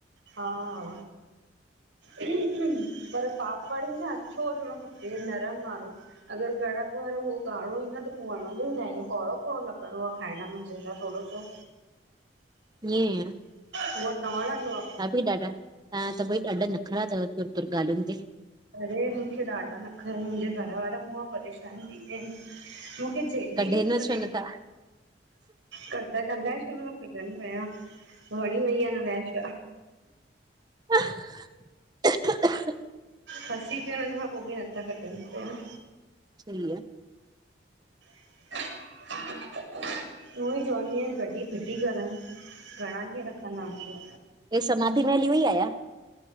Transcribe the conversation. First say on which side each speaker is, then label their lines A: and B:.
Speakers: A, on the right; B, on the right.
A: हा, पर पापड़ ई न अछो हुजणो। हे नरम वारो। अगर कड़क वारो उह ॻाढ़ो ई न त पोइ वणंदो ई न आहे इअं कौड़ो -कौड़ो लॻंदो आहे खाइण में ज़रा थोडो सो।
B: <inaudible>
A: हुग त वणंदो आ।
B: हा बि ॾाढा तव्हां त भई ॾाढा नख़रा अथव तुर -तुर ॻाल्हियुनि ते।
A: अरे मूंखे ॾाढा नखरा मुंहिंजे घर वारा मुहं मां परेशान थी विया आहिनि। झेले
B: कढे
A: ई न तो सके।
B: छो नथा
A: क अललायश हुन मां कढनि पिया वणी वई आहे अललायश?
B: <inaudible>
A: फसी पया आहीन हुन खां पोइ बि नथा खॾनि पहिरण।
B: सही आ।
A: <inaudible> उूं ई चवंदी अया कॾहिं फिटी करनि घणा ॾींहं रखंदा आसी।
B: हे, समाधी में हली वई आ या?